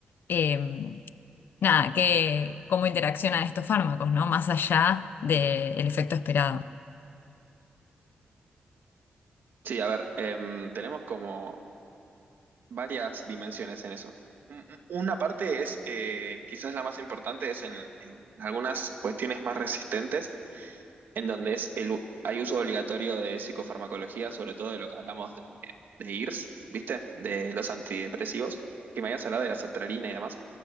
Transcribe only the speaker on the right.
Sí, a ver, em, tenemos como varias dimensiones en eso. Un- Una parte es, eh, quizás la más importante, es en, en algunas cuestiones más resistentes, en donde es el, u- hay uso obligatorio de psicofarmacología, sobre todo de lo que hablamos de, de IRS, ¿viste? De los antidepresivos, que me habías hablado de la sertralina y demás,